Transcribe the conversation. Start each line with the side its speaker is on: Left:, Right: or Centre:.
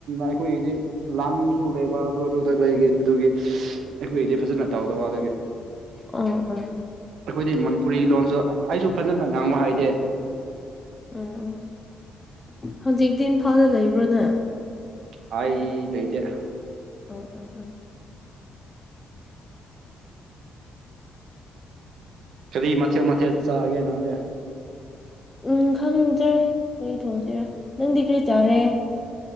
Right: ꯑꯩꯈꯣꯏꯒꯤꯗꯤ ꯂꯝꯁꯨ ꯂꯩꯕ ꯑꯗꯨ ꯑꯗꯨꯗ ꯂꯩꯈꯤ ꯑꯗꯨꯒꯤ ꯑꯩꯈꯣꯏꯒꯤꯗꯤ ꯐꯖꯅ ꯇꯧꯗꯕ ꯑꯗꯨꯒꯤ
Left: ꯑꯥ ꯑꯥ
Right: ꯑꯩꯈꯣꯏꯗꯤ ꯃꯅꯤꯄꯨꯔꯤ ꯂꯣꯟꯁꯨ ꯑꯩꯁꯨ ꯐꯖꯅ ꯉꯥꯡꯕ ꯍꯥꯏꯗꯦ
Left: ꯎꯝ ꯎꯝ ꯍꯧꯖꯤꯛꯇꯤ ꯏꯝꯐꯥꯜꯗ ꯂꯩꯕ꯭ꯔꯣꯅꯦ
Right: ꯍ ꯂꯩꯇ
Left: ꯑꯣ ꯑꯣ ꯑꯣ
Right: ꯀꯔꯤ ꯃꯊꯦ ꯃꯊꯦ ꯆꯥꯒꯦꯅꯥꯗ
Left: ꯎꯝ ꯈꯪꯗ꯭ꯔꯦ ꯀꯔꯤ ꯊꯣꯡꯁꯤꯔꯥ ꯅꯪꯗꯤ ꯀꯔꯤ ꯆꯥꯔꯦ